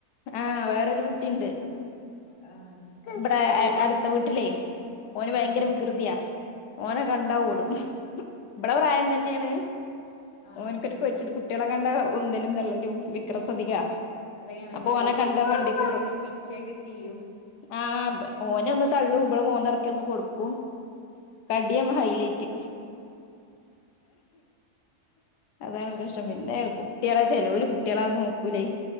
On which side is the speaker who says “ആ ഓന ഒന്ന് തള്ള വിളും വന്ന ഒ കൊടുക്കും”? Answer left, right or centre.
Left